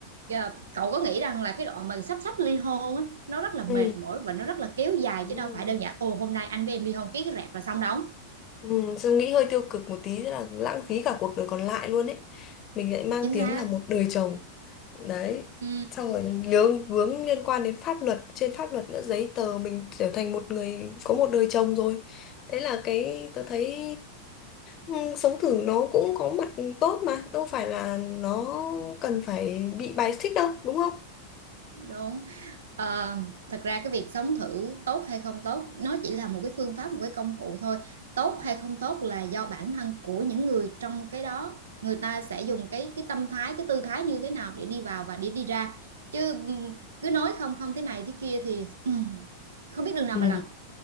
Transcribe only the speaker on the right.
Ờ, cậu có nghĩ rằng là cái đoạn mà sắp sắp ly hôn á, nó rất là mệt
mỏi và nó rất là kéo dài
chứ đâu phải
đơn giản ồ hôm nay anh với em ly hôn ký cái rẹp là xong đâu
chính
xác
ừ
đúng Ờ, thật ra cái việc sống thử tốt hay không tốt nó chỉ là một cái phương pháp một cái công cụ thôi tốt hay không tốt là do bản thân của những người trong cái đó người ta sẽ dùng cái cái tâm thái cái tư thái như thế nào để đi vào và để đi ra chứ ừm, cứ nói không không thế này thế kia thì ừm, không biết đường nào
mà làm